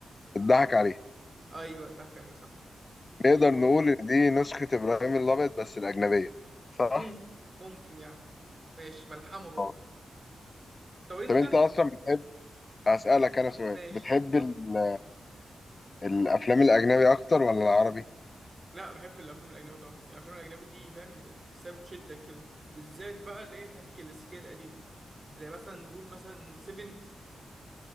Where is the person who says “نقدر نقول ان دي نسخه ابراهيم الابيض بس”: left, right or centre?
Left